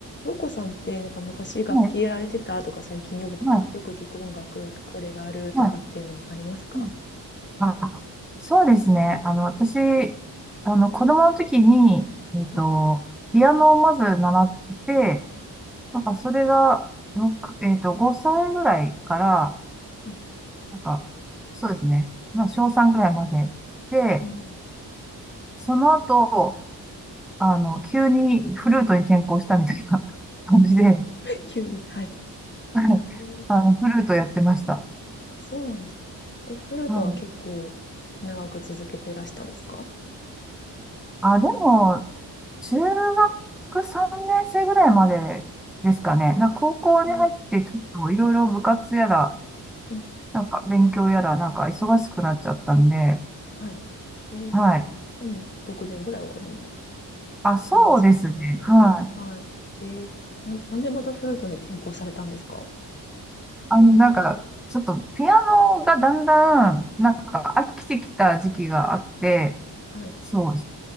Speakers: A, on the left (about 25°); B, in the centre.
A: 洋子さんって、なんか昔楽器やられてたとか、
B: はい、
A: 最近よく、
B: はい、
A: よく聞く音楽、これがあるとかっていうのありますか
B: はい。うんあ、そうですね。あの、私、あの、子供の時に、えっと、
A: はい、
B: ピアノをまず習って、なんかそれが、ろくえっと、5歳ぐらいから、
A: はい。
B: なんか、そうですね。まあ、小3ぐらいまで。で、
A: うん。
B: その後、あの、急にフルートに転向したみたいな <laughs> 感じで、は
A: <laughs> 急に、はい。
B: いあの、
A: えー、
B: フルートやってました。
A: あそうなんです。え、フルートは結構長く続けてらしたんですか
B: うん。あ、でも、中学3年生ぐらいまでですかね。なんか高校に入ってちょっといろいろ部活やら、
A: うん、うん、
B: なんか勉強やら、なんか忙しくなっちゃったんで、
A: はい。えー、
B: はい。
A: でも、6年ぐらいはでも
B: あ、そうですね。
A: ありますよね。
B: はい。
A: はい。えー、な、なんでまたフルートに転校されたんですか
B: あの、なんか、ちょっとピアノがだんだん、なんか飽きてきた時期があって、
A: はい。
B: そう、